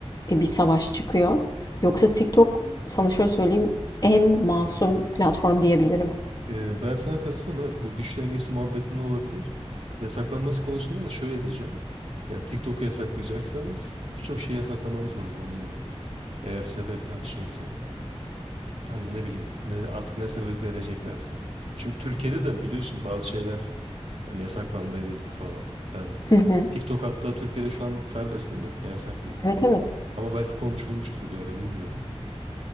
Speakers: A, on the left; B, on the right.
A: e, bir savaş çıkıyor. Yoksa TikTok sana şöyle söyleyeyim en masum
B: Hı.
A: platform diyebilirim.
B: Ee, ben sana katılıyorum. Evet bu güç dengesi muhabbetinde olabilir. Yasaklanması konusunda da şöyle diyeceğim. Ya TikTok'u yasaklayacaksanız birçok şeyi yasaklamanız lazım onun yanında. Eğer sebep hani şeyse hani ne bileyim ne, artık ne sebep vereceklerse. Çünkü Türkiye'de de biliyorsun bazı şeyler Yani yasaklandı edildi falan. Ben
A: Hı hı.
B: TikTok hatta Türkiye'de şu an serbest değil mi? Ya yasak değil.
A: Evet evet.
B: Ama belki konuşulmuştur bir ara bilmiyorum.